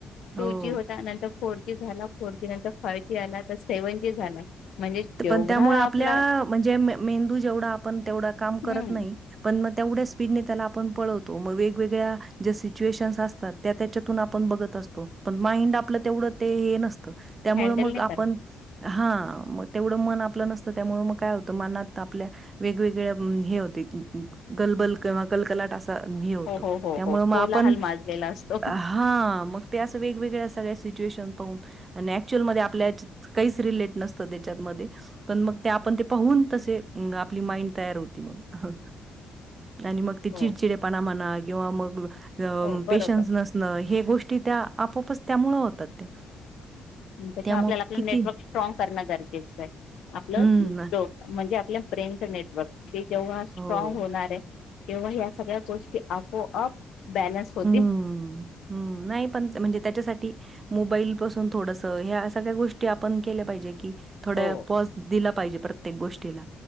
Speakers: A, on the right (about 35°); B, on the left (about 75°).
A: हो
B: टू जी होता. आणि नंतर फोर जी झाला फोर जी नंतर फाय जी आला तर सेव्हन जी झाला म्हणजे जेवढा
A: पण त्यामुळे आपल्या
B: आपला
A: म्हणजे में मेंदू जेवढा आपण तेवढं काम करत
B: हम्म
A: नाही पण मग तेवढ्या स्पीडने त्याला आपण पळवतो मग वेगवेगळ्या ज्या सिच्युएशन्स असतात त्या त्याच्यातून आपण बघत असतो पण माइंड आपलं तेवढं ते हे नसतं. त्यामुळं
B: हँडल
A: मग
B: नाही
A: आपण
B: करत
A: हा म तेवढं मन आपलं नसतं त्यामुळे मग काय होतं मनात आपल्या वेगवेगळ्या अह हे होते गलबल किंवा कलकलाट अस त हे होत
B: हो हो हो
A: त्यामुळं
B: हो
A: मग
B: कोलाहल
A: आपण
B: माजलेला असतो
A: आ हा मग ते असं वेगवेगळ्या सगळ्या सिच्युएशन पाहून आणि ऍक्चुअल मध्ये आपल्या काहीच रिलेट नसतं ते त्यांच्यामध्ये पण मग ते आपण पाहून तसे आपली माईंड तयार होते मग, हा. आणि मग
B: हो
A: ते चिडचिडेपणा म्हणा किंवा मग अह
B: हो बरोबर
A: पेशन्स नसणं हे गोष्टी त्या आपोपच त्यामुळ होतात त्या
B: त्याचामुळे
A: त्यामुळं
B: आपल्याला आपलं
A: किती
B: नेटवर्क स्ट्राॅंग करणं गरजेचं आहे आपलं
A: हं,
B: जो म्हणजे आपल्या ब्रेनचं नेटवर्क ते जेव्हा स्ट्रॉंग
A: हो.
B: होणार आहे तेव्हा ह्या सगळ्या गोष्टी आपोआप बॅलन्स होतील.
A: हम्म, हम्म नाही पण म्हणजे त्याच्यासाठी मोबाईल पासून थोडस हे असं सगळ्या गोष्टी आपण केल्या पाहिजे की थोड
B: हो
A: पॉज दिला पाहिजे प्रत्येक गोष्टीला